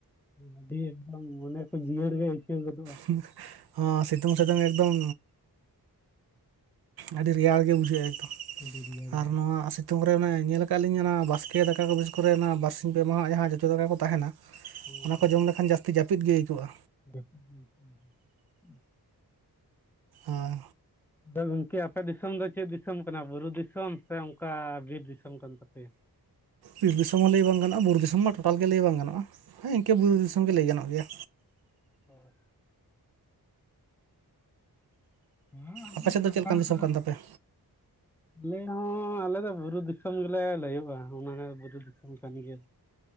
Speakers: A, in the centre; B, on the right.
A: ᱟᱹᱰᱤ ᱮᱠᱫᱚᱢ ᱢᱚᱱᱮ ᱠᱚ ᱡᱤᱭᱟᱹᱲ ᱜᱮ ᱟᱹᱭᱠᱟᱹᱣ ᱜᱚᱫᱚᱜᱼᱟ
B: <inaudible> ᱚ ᱥᱤᱛᱩᱝ ᱥᱤᱛᱩᱝ ᱮᱠᱫᱚᱢ ᱟᱹᱰᱤ ᱨᱮᱭᱟᱲ ᱜᱮ ᱵᱩᱡᱷᱟᱹᱜᱼᱟ ᱮᱠᱫᱚᱢ
A: ᱟᱹᱰᱤ ᱨᱮᱭᱟᱲ
B: ᱟᱨ
A: ᱜᱮ
B: ᱱᱚᱣᱟ ᱥᱤᱛᱳᱝ ᱨᱮ ᱚᱱᱮ ᱧᱮᱞ ᱠᱟᱜᱟ ᱞᱤᱧ ᱚᱱᱟ ᱵᱟᱥᱠᱮ ᱫᱟᱠᱟ ᱠᱚ ᱵᱤᱥ ᱠᱚᱨᱮ ᱚᱱᱟ ᱵᱟᱨᱥᱤᱧ ᱯᱮ ᱢᱟᱦᱟ ᱡᱟᱦᱟᱸ ᱡᱚᱛᱚ ᱫᱟᱠᱟ ᱠᱚ ᱛᱟᱦᱮᱱᱟ
A: ᱦᱮᱸ
B: ᱚᱱᱟ
A: ᱦᱮᱸ
B: ᱠᱚ ᱡᱚᱢ ᱞᱮᱠᱷᱟᱱ ᱡᱟᱹᱥᱛᱤ ᱡᱟᱹᱯᱤᱫ ᱜᱮ ᱟᱹᱭᱠᱜᱼᱟ᱾
A: <unintelligible>
B: ᱟᱨ
A: ᱟᱫᱚ ᱜᱚᱢᱠᱮ ᱟᱯᱮ ᱫᱤᱥᱚᱢ ᱫᱚ ᱪᱮᱫ ᱫᱤᱥᱚᱢ ᱠᱟᱱᱟ ᱵᱩᱨᱩ ᱫᱤᱥᱚᱢ ᱥᱮ ᱚᱱᱠᱟ ᱵᱤᱨ ᱫᱤᱥᱚᱢ ᱠᱟᱱ ᱛᱟᱯᱮᱭᱟ
B: ᱵᱤᱨ ᱫᱤᱥᱚᱢ ᱦᱚᱸ ᱞᱟᱹᱭ ᱵᱟᱝ ᱜᱟᱱᱚᱜᱼᱟ ᱵᱩᱨᱩ ᱫᱤᱥᱚᱢ ᱢᱟ ᱴᱳᱴᱟᱞ ᱜᱮ ᱞᱟᱹᱭ ᱵᱟᱝ ᱜᱟᱱᱼᱟ ᱦᱮ ᱤᱱᱠᱟᱹ ᱵᱩᱨᱩ ᱫᱤᱥᱚᱢ ᱜᱮ ᱞᱟᱹᱭ ᱜᱟᱱᱚᱜ ᱜᱮᱭᱟ᱾
A: ᱦᱳᱭ ᱦᱮᱸ ᱟᱵᱚ
B: ᱟᱯᱮ ᱥᱮᱫ
A: ᱥᱟᱱᱛᱟᱲ
B: ᱫᱚ ᱪᱮᱫ ᱞᱮᱠᱟᱱ ᱫᱤᱥᱚᱢ
A: ᱠᱚᱫᱚ
B: ᱠᱟᱱ ᱛᱟᱯᱮᱭᱟ?
A: ᱟᱞᱮ ᱦᱚᱸ ᱟᱞᱮ ᱫᱚ ᱵᱩᱨᱩ ᱫᱤᱥᱚᱢ ᱜᱮᱞᱮ ᱞᱟᱹᱭᱼᱟ ᱚᱱᱟ ᱵᱩᱨᱩ ᱫᱤᱥᱚᱢ ᱠᱟᱱ ᱜᱮᱭᱟ